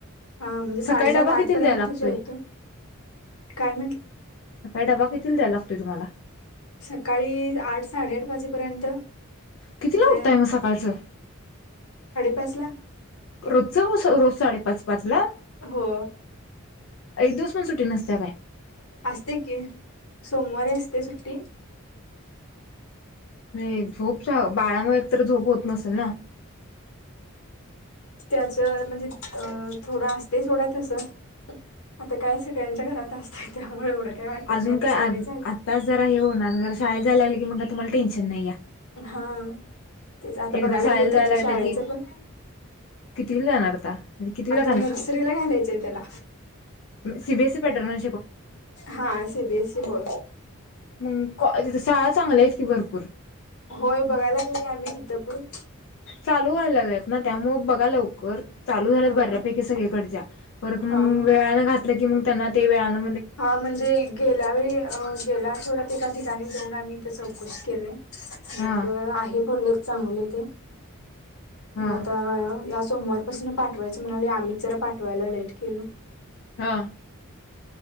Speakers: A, on the left (about 85°); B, on the left (about 65°).
A: ह म्हणजे साडे
B: सकाळी
A: सात
B: डबा
A: आठ
B: कितीला
A: पर्यंत
B: द्यायला लागतोय
A: होत काय
B: सकाळी डबा किती दयला लागतोय तुम्हाला
A: सकाळी आठ साडेआठ वाजेपर्यंत
B: कितीला
A: तयार
B: उठताय मग सकाळचं
A: पाचला
B: रोज च रोज साडेपाच पाच ला
A: हो
B: एक दिवस सुटी नसते काय
A: असते की सोमवारी असते सुट्टी
B: नाही झोपच्या बाळामुळे एकत झोप होत नसेल ना
A: त्याच्या म्हणजे थोडं असते सोडा तसं आता काय सगळ्यांच्या घरात असते त्यामुळे एवढं काही वाटत
B: अजून
A: नाही आता
B: काय
A: सवय झाली
B: आत्ताच जरा हे होणार ज शाळेत जायला लागलं की म्हण तुम्हाला टेन्शन नाही या
A: हा तेच आता बघायला
B: एकदा शाळेला
A: लागले त्याच्या
B: जायला
A: शाळेच
B: की
A: पण
B: कितवीला जाणार आता म्हणजे कितवीला
A: आता नर्सरीला घालायचं आहे त्याला
B: सिबीएसी प्याटर्न
A: हा सीबीएसई हो
B: मग कॉ तिथ शाळा चांगल्या आहेत की भरपूर
A: होय बघायला ह आम्ही इथं पण
B: चालू व्हायला लागल्यात ना त्यामुळ बघा लवकर चालू झालंत
A: हा
B: बऱ्यापैकी
A: हा
B: सगळीकडच्या परत मग
A: हा हा
B: वेळानं घातलं की मग त्यांना ते वेळाानं
A: हा म्हणजे गेल्या वेळी गेल्या थोड्यात एका ठिकाणी जाऊन आम्ही इथे चौकशी केले
B: हा
A: मग आहे बोलले चांगले ते
B: हा
A: मग आता सोमवारपासून पाठवायचं म्हणाले आम्हीच जरा पाठवायला लेट केल
B: हा